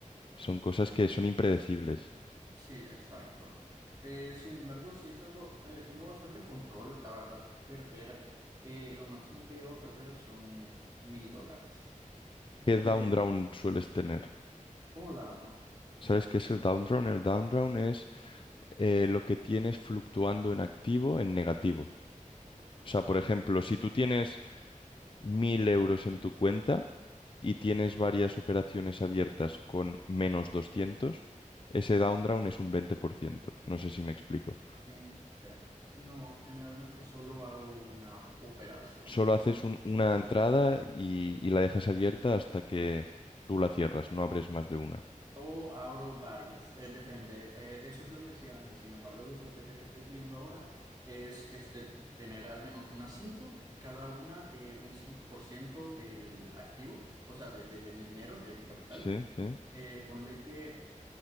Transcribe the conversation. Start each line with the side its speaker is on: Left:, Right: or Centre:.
Left: son cosas que son impredecibles.
Right: Sí, exacto. Eh, sin embargo, sí es algo, eh, tengo bastante control, la verdad, perder, eh, lo máximo que llevo a perder son mil dólares.
Left: ¿Qué
Right: Eh,
Left: down round sueles tener?
Right: como Downtown.
Left: ¿Sabes qué es el down round? El down round es eh, lo que tienes fluctuando en activo en negativo. O sea, por ejemplo, si tú tienes 1.000 euros en tu cuenta y tienes varias operaciones abiertas con menos 200, ese down round es un 20%. No sé si me explico.
Right: Mm, ya. No, generalmente solo hago una operación
Left: Solo haces
Right: por...
Left: un- una entrada y, y la dejas abierta hasta que tú la cierras, no abres más de una.
Right: O abro varias, eh, depende. Eh, eso es lo que hacía antes. Sin embargo, la estrategia que estoy siguiendo ahora es este, tener al menos unas cinco, cada una de un 5% del activo, o sea, de, de, de mi dinero, de mi capital.
Left: Sí, sí.
Right: Eh, ponle que